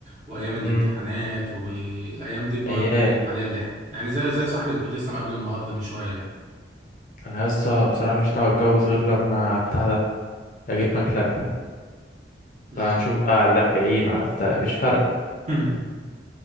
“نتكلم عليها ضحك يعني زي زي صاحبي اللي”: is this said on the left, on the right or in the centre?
Right